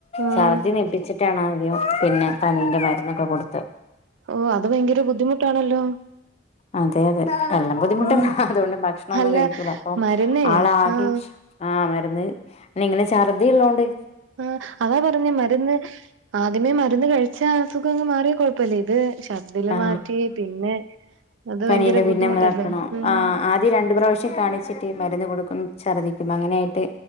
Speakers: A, on the right; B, on the left.
A: ആഹ്
B: ഛർദി നിപ്പിച് ആദ്യം പിന്നെ പനീന്റെ മര്ന്നൊക്കെ കൊട്ത്ത്
A: ഓഹ് അത് ഭയങ്കര ബുദ്ധിമുട്ടാണല്ലോ.
B: അതെ അതെ എല്ലാം ബുദ്ധിമുട്ടന്നെ
A: ഉം
B: അത്കൊണ്ട് ഭക്ഷണൊന്നും
A: അല്ല
B: കഴിക്കൂല അപ്പൊ
A: മരുന്നേ
B: ആളാകെ
A: ആഹ്
B: ആഹ് മരുന്ന് ന്നെ ഇങ്ങനെ ഛർദിള്ളോണ്ട്
A: ആഹ് അതാ പറഞ്ഞേ മരുന്ന് ആദ്യമേ മരുന്ന് കഴിച്ചാ അസുഖങ്ങ് മാറിയാ കൊഴ്പ്പല്ല ഇത് ഷറ്ദ്ധില്
B: ആ
A: മാറ്റി പിന്നെ അത്
B: പനീന്റെ
A: ഭയങ്കര
B: പിന്നെമ്മതാക്കണം
A: ബുദ്ധിമുട്ടല്ലേ ഉം
B: ആഹ് ആഹ് ത് രണ്ട് പ്രാവ്ശ്യം കാണിച്ചിട്ട് ഈ മരുന്ന് കൊടുക്കും ഛർദ്ദിക്കും അങ്ങനെയായിട്ട്